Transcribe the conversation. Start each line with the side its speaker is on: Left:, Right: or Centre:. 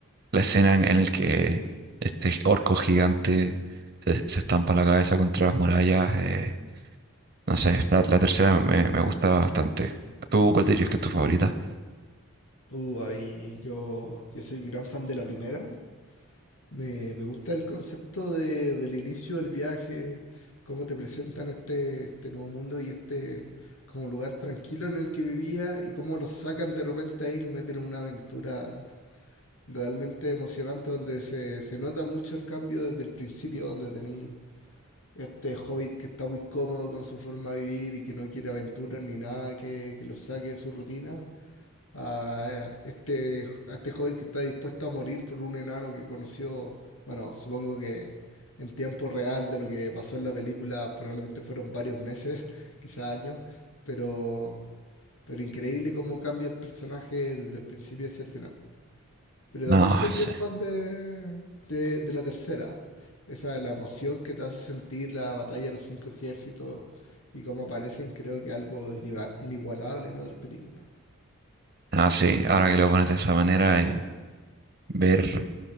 Right: la escena en, en la que este orco gigante se, se estampa la cabeza contra las murallas, eh, no sé, la, la tercera me, me gusta bastante. ¿Tú cuál dirías que es tu favorita?
Left: Uh, ahí yo, yo soy un gran fan de la primera. Me, me gusta el concepto de- del inicio del viaje, cómo te presentan este, este nuevo mundo y este como lugar tranquilo en el que vivía y cómo lo sacan de repente ahí y lo meten en una aventura realmente emocionante, donde se, se nota mucho el cambio desde el principio, donde tenéis este hobbit que está muy cómodo con su forma de vivir y que no quiere aventuras ni nada que, que lo saque de su rutina, a este, a este hobbit que está dispuesto a morir por un enano que conoció, bueno, supongo que en tiempo real de lo que pasó en la película probablemente fueron varios meses, <laughs> quizás años, pero, pero increíble cómo cambia el personaje desde el principio hacia el final. Pero también
Right: No
Left: soy bien
Right: sé.
Left: fan de, de, de la tercera. Esa, la emoción que te hace sentir la batalla de los cinco ejércitos y cómo aparecen, creo que algo iniva- inigualable en otras películas.
Right: Ah, sí, ahora que lo pones de esa manera, eh, ver